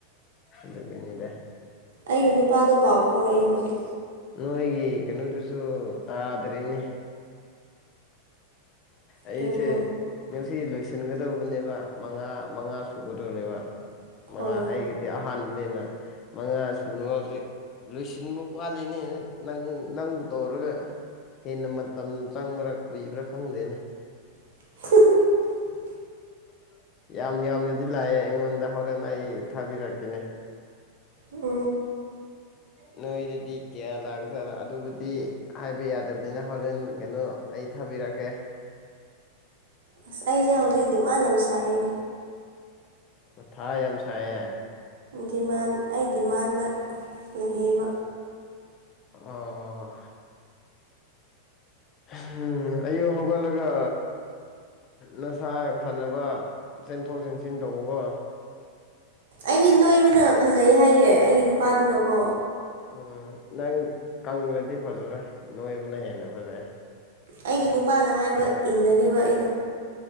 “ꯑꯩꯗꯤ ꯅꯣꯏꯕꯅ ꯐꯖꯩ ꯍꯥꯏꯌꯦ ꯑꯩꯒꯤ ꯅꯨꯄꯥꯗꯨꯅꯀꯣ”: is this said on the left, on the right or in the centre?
Right